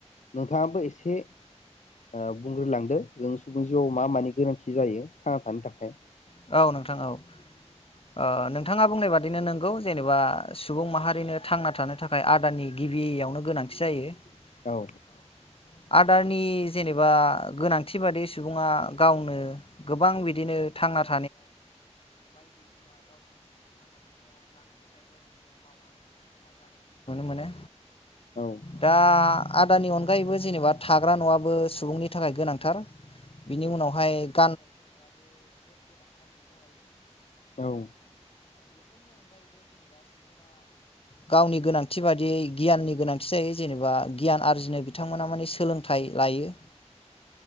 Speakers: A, on the left; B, on the left.
A: नोंथाङाबो एसे ओ बुंग्रोलांदो जों सुबुंनि जिउआव मा मानि गोनांथि जायो थांना थानो थाखाय
B: <inaudible> <inaudible> आदारनि
A: औ
B: <inaudible> <inaudible> <inaudible> नुनो मोनो
A: औ
B: दा आदानि अनगायैबो जेनेबा थाग्रा न'आबो सुबुंनि थाखाय गोनांथार बिनि उनावहाय <inaudible> <inaudible>
A: औ
B: गावनि गोनांथि बादियै गियाननि गोनांथि जायो जेनेबा गियान आरजिनो बिथांमोना मानि सोलोंथाइ लायो